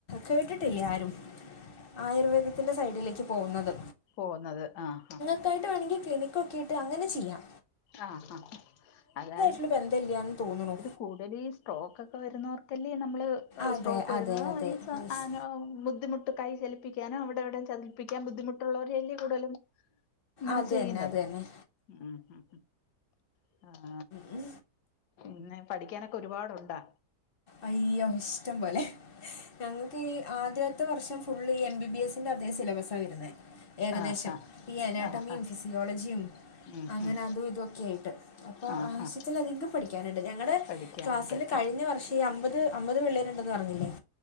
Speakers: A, on the left; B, on the left.
A: കേട്ടിട്ടില്ല ആരും ആയുർവേദത്തിൻ്റെ സൈഡിലേക്ക് പോവുന്നത്.
B: പോവുന്നത് ആഹ് ഹാ
A: ക്കായിട്ട് വേണെങ്കി ക്ലിനിക്കൊക്കെയിട്ട് അങ്ങനെ ചെയ്യാം.
B: ആഹ് ഹ അതായ
A: ഇത് ബന്ധല്ല്യാന്ന് തോന്നുണു.
B: കൂടുതലീ സ്ട്രോക്കൊക്കെ വരുന്നവർക്കല്ലേ നമ്മള്
A: അതെ
B: സ്ട്രോക്ക് വരുന്ന
A: അതെ അതെ
B: ഈ ച <unintelligible>
A: യെസ്
B: ബുദ്ധിമുട്ട് കൈ ചലിപ്പിക്കാനോ അവിടെ ഇവിടെ ചലപ്പിക്കാൻ ബു ദ്ധിമുട്ടുള്ളവര് അല്ലെ കൂടുതലും ഇങ്ങനെ
A: അത്
B: ചെയ്യുന്നത്
A: തന്നെ അത് തന്നെ
B: ഉഹുംഹും. ആഹ്.
A: ഉ
B: പിന്നെ പഠിക്കാനൊക്കെ ഒരുപാടുണ്ടാ?
A: അയ്യ ഇഷ്ടം പോലെ ഞങ്ങക്ക് ഈ ആദ്യ ത്തെ വർഷം ഫുള്ള് ഈ എം ബി ബി എസ് ന്റെ അതേ സിലബസാ വരുന്നെ. ഏകദേശം
B: ആഹ് ഹാ
A: ഈ അനാട്ടമിയും
B: ആഹ് ഹാ
A: ഫിസിയോളജിയും
B: ഉം
A: അങ്ങനെ
B: ഉം
A: അതും ഇതൊക്കെ ആയിട്ട് അപ്പോ
B: ആഹ്
A: ആവശ്യത്തിലധികം
B: ഹാ
A: പഠിക്കാനുണ്ട് ഞങ്ങടെ
B: പഠിക്കാനുണ്ട്
A: ക്ലാസ്സില് കഴിഞ്ഞ വർഷ് ഷീ അമ്പത് അമ്പത് പിള്ളേരുണ്ടെന്ന് പറഞ്ഞില്ലേ